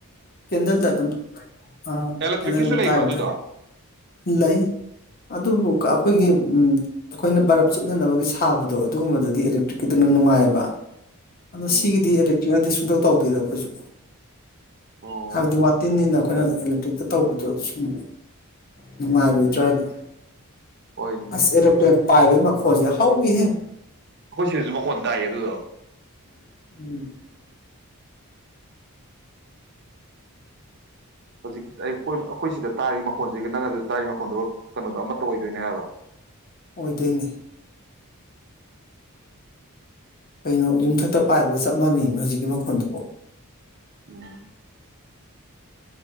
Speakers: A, on the left; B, on the right.
A: ꯀꯦꯟꯗꯜꯗ ꯑꯗꯨꯝ ꯑꯥ
B: ꯑꯦꯂꯦꯛꯇ꯭ꯔꯤꯛꯀꯤꯁꯨ
A: ꯀꯦꯟꯗꯜ ꯑꯗꯨꯝ
B: ꯂꯩꯕ꯭ꯔꯥ
A: ꯇꯥꯏꯕꯗꯣ
B: ꯑꯗꯨꯗꯣ
A: ꯂꯩ ꯑꯗꯨꯕꯨ ꯑꯩꯈꯣꯏꯒꯤ ꯑꯩꯈꯣꯏꯅ ꯕꯔꯞ ꯆꯨꯞꯅꯅꯕꯒꯤ ꯁꯥꯕꯗꯣ ꯑꯗꯨꯒꯨꯝꯕꯗꯗꯤ ꯑꯦꯂꯦꯛꯇ꯭ꯔꯤꯛꯀꯤꯗꯨꯅ ꯅꯨꯡꯉꯥꯏꯑꯦꯕ ꯑꯗꯣ
B: ꯎꯝ
A: ꯁꯤꯒꯤꯗꯤ ꯑꯦꯗꯤꯛꯇꯤ ꯅꯠꯇꯦ ꯑꯗꯣ ꯑꯩꯈꯣꯏꯁꯨ ꯇꯧꯗꯦꯗ ꯑꯩꯈꯣꯏꯁꯨ
B: ꯑꯣ
A: ꯍꯥꯏꯕꯗꯤ ꯋꯥꯇꯤꯟꯅꯤꯅꯀꯣ ꯑꯩꯈꯣꯏꯅ ꯖꯜꯇ꯭ꯔꯤꯛꯇ ꯇꯧꯕꯗꯣ ꯁꯨꯝ ꯅꯨꯡꯉꯥꯏꯔꯣꯏꯗ꯭ꯔꯅꯦ
B: ꯍꯣꯏꯅꯦ
A: ꯑꯁ ꯑꯦꯂꯦꯇ꯭ꯔꯤꯛ ꯄꯥꯏꯒꯤꯕ ꯃꯈꯣꯟꯁꯤ ꯍꯧꯋꯤꯍꯦ
B: ꯑꯩꯈꯣꯏ ꯁꯤꯗꯁꯨ ꯃꯈꯣꯟ ꯇꯥꯏꯌꯦ ꯑꯗꯨꯗꯣ
A: <inaudible>
B: ꯍꯧꯖꯤꯛ ꯑꯩ ꯑꯩꯈꯣꯏ ꯁꯤꯗ ꯇꯥꯔꯤ ꯃꯈꯣꯟꯁꯤꯒ ꯅꯪ ꯑꯗꯨ ꯇꯥꯔꯤ ꯃꯈꯣꯟꯗꯣ ꯀꯩꯅꯣꯗꯣ ꯑꯃꯠꯇ ꯑꯣꯏ ꯑꯗꯨꯅꯦ ꯍꯥꯏꯕ
A: ꯑꯣꯏꯗꯣꯏꯅꯤ ꯀꯩꯅꯣ ꯌꯨꯝꯊꯛꯇ ꯄꯥꯏꯕꯒ ꯆꯞ ꯃꯥꯟꯅꯩꯕ ꯍꯧꯖꯤꯛꯀꯤ ꯃꯈꯣꯟꯗꯨꯕꯨꯣ
B: ꯎꯝ